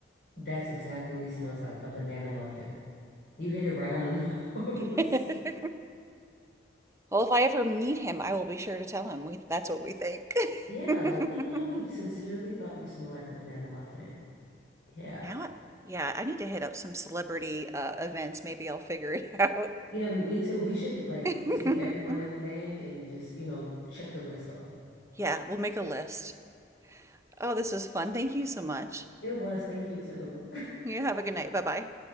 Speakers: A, on the left (about 70°); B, on the right (about 15°).
A: That's exactly what he smells like, a banana muffin. You hit it right on the <laughs> nose.
B: <laughs> Well, if I ever meet him, I will be sure to tell him. We, that's what we think.
A: Yeah,
B: <laughs>
A: like we, you know, we sincerely thought you smelled like a banana muffin. Yeah.
B: Now, yeah, I need to hit up some celebrity uh, events. Maybe I'll figure it out.
A: Yeah, me too. We should like
B: <laughs>
A: see everyone that we named and just, you know, check the list off.
B: Yeah, we'll make a list. Oh, this was fun. Thank you so much.
A: It was. Thank you too.
B: You have a good night. Bye bye.